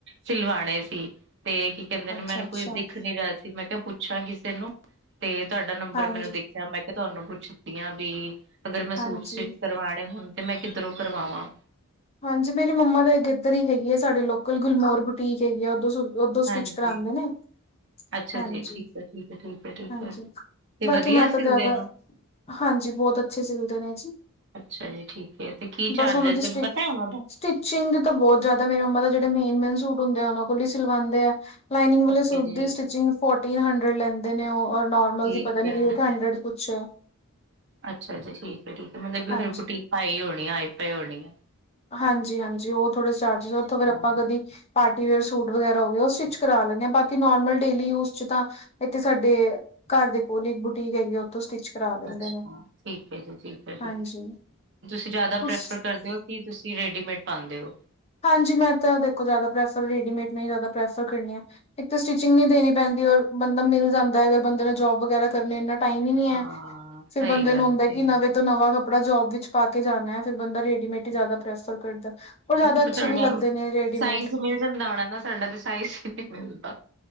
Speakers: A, on the right; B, on the left.
A: ਸਿਲਵਾਣੇ ਸੀ ਤੇ ਕੀ ਕਹਿੰਦੇ ਨੇ,
B: ਅੱਛਾ
A: ਮੈਨੂੰ
B: ਅੱਛਾ
A: ਕੋਈ ਦਿਖ ਨੀ ਰਿਹਾ ਸੀ। ਮੈਂ ਕਿਹਾ ਪੁੱਛ ਪੁੱਛਾਂ ਕਿਸੇ ਨੂੰ, ਤੇ ਤੁਹਾਡਾ ਨੰਬਰ
B: ਹਾਂਜੀ
A: ਮੈਨੂੰ ਦੇਖਿਆ। ਮੈਂ ਕਿਹਾ ਤੁਹਾਨੂੰ ਪੁੱਛਦੀ ਆ ਬੀ ਅਗਰ ਮੈਂ ਸੂਟ
B: ਹਾਂਜੀ।
A: ਸਟਿਚ ਕਰਵਾਣੇ ਹੋਣ ਤੇ ਮੈਂ ਕਿੱਧਰੋਂ ਕਰਵਾਵਾਂ?
B: ਹਾਂਜੀ ਮੇਰੀ ਮੰਮਾ ਤਾਂ ਇਕ ਇੱਧਰ ਹੀ ਗਈ ਹੈ। ਸਾਡੇ ਲੋਕਲ ਗੁਲਮੌਰ ਬੁਟੀਕ ਹੈਗੀ ਆ ।ਉਧਰ ਹੀ ਉਦੋਂ
A: ਹਾਂਜੀ
B: ਸਟਿਚ ਕਰਾਉਂਦੇ ਨੇ।
A: ਅੱਛਾ
B: ਹਾਂਜੀ
A: ਜੀ ਠੀਕ ਹੈ ਠੀਕ ਹੈ ਠੀਕ ਹੈ ਠੀਕ
B: ।ਹਾਂਜੀ
A: ਹੈ ਤੇ
B: ।ਬਾਕੀ
A: ਵਧੀਆ
B: ਮੈਂ ਤਾਂ
A: ਸਿਲਦੇ
B: ਜ਼ਿਆਦਾ
A: ਨੇ
B: ਹਾਂਜੀ ਬਹੁਤ ਅੱਛੇ ਸਿਲਦੇ ਨੇ ਜੀ।
A: ਅੱਛਾ ਜੀ ਠੀਕ ਹੈ ਤੇ ਕੀ ਚੱਲ
B: ਬਸ ਉਹਨਾਂ
A: ਰਿਹਾ
B: ਦੀ
A: ਸੀ? ਤੈਨੂੰ
B: ਸਟਿ
A: ਪਤਾ ਹੈ ਉਹਨਾਂ ਦਾ?
B: ਸਟਿਚਿੰਗ ਦੇ ਤਾਂ ਬਹੁਤ ਜਿਆਦਾ । ਮੇਰੇ ਮੰਮਾ ਤੇ ਜਿਹੜੇ ਮੇਨ ਮੇਨ ਸੂਟ ਹੁੰਦੇ ਆ, ਉਹਨਾਂ ਕੋਲ ਹੀ ਸਿਲਵਾਉਦੇ ਆ। ਲਾਈਨਿੰਗ ਵਾਲੇ
A: ਠੀਕ
B: ਸੂਟ
A: ਹੈ ਜੀ
B: ਦੀ ਸਟਿਚਿੰਗ ਫੋਰਟੀਨ ਹੰਡਰਡ ਲੈਂਦੇ ਨੇ ਉਹ, ਔਰ ਨੋਰਮਲ
A: ਠੀਕ
B: ਦੀ ਪਤਾ ਨਹੀਂ,
A: ਹੈ
B: ਏਟ ਹੰਡਰਡ। ਪੁੱਛ।
A: ਅੱਛਾ ਜੀ। ਠੀਕ ਹੈ ਠੀਕ ਹੈ । ਮਤਲਬ
B: ਹਾਂਜੀ।
A: ਫਿਰ ਬੁਟੀਕ ਹਾਈ ਹੋਣੀ । ਹਾਈ ਫਾਈ ਹੋਣੀ।
B: ਹਾਂਜੀ ਹਾਂਜੀ। ਉਹ ਥੋੜੇ ਚਾਰਜਿਸ, ਉਥੋਂ
A: ਹੈ
B: ਫਿਰ ਆਪਾਂ ਕਦੀ ਪਾਰਟੀ ਵਿਅਰ ਸੂਟ ਵਗੈਰਾ ਹੋ ਗਏ ਉਹ ਸਟਿੱਚ ਕਰਾ ਲੈਂਦੇ ਹਾਂ । ਬਾਕੀ ਨੋਰਮਲ ਡੇਲੀ ਯੂਜ ਚ ਤਾਂ ਇੱਥੇ ਸਾਡੇ ਘਰ ਦੇ ਕੋਲ ਇੱਕ ਬੁਟੀਕ ਹੈਗੀ ਆ ਉੱਥੋਂ ਸਟਿਚ ਕਰਾ ਲੈਂਦੇ
A: ਅੱਛਾ
B: ਨੇ
A: ਠੀਕ ਹੈ ਜੀ ।ਠੀਕ ਹੈ ।ਠੀਕ
B: ਹਾਂਜੀ
A: । ਤੁਸੀਂ ਜ਼ਿਆਦਾ ਪ੍ਰੈਫਰ
B: ਤੁਸ
A: ਕਰਦੇ ਹੋ ਕੀ ਤੁਸੀਂ ਰੇਡੀਮੇਡ ਪਾਉਂਦੇ ਹੋ?
B: ਹਾਂਜੀ ਮੈਂ ਤਾਂ ਦੇਖੋ ਜ਼ਿਆਦਾ ਪ੍ਰੈਫਰ ਰੇਡੀਮੇਡ ਨੂੰ ਹੀ ਜ਼ਿਆਦਾ ਪ੍ਰੈਫਰ ਕਰਨੀ ਆ। ਇੱਕ ਤਾਂ ਸਟਿਚਿੰਗ ਨਹੀਂ ਦੇਣੀ ਪੈਂਦੀ ਔਰ ਬੰਦਾ ਮਿਲ ਜਾਂਦਾ ਹੈ ਅਗਰ ਬੰਦੇ ਨੇ ਜੋਬ ਵਗੈਰਾ ਕਰਨੀ ਇਨਾਂ ਟਾਈਮ ਹੀ ਨੀ
A: ਹਾਂ
B: ਹੈ ਫਿਰ
A: ਸਹੀ
B: ਬੰਦੇ
A: ਗੱਲ
B: ਨੂੰ ਹੁੰਦਾ
A: ਹੈ ਸਹੀ
B: ਕਿ ਨਵੇਂ
A: ਗੱਲ
B: ਨਵਾਂ ਕੱਪੜਾ ਜੋਬ ਵਿੱਚ ਪਾ ਕੇ ਜਾਣਾ ਹੈ ਫਿਰ ਬੰਦਾ ਰੇਡੀਮੇਡ ਹੀ ਜ਼ਿਆਦਾ ਪ੍ਰੈਫਰ ਕਰਦਾ। ਔਰ ਜ਼ਿਆਦਾ
A: ਤੁਹਾਡਾ
B: ਅੱਛੇ ਵੀ ਲੱਗਦੇ ਨੇ ਰੇਡੀਮੇਡ
A: ਸਾਈਜ਼ ਮਿਲ ਜਾਂਦਾ ਹੋਣਾ ਨਾ ਸਾਡਾ ਤੇ ਸਾਈਜ਼ ਹੀ ਨਹੀਂ ਮਿਲਦਾ।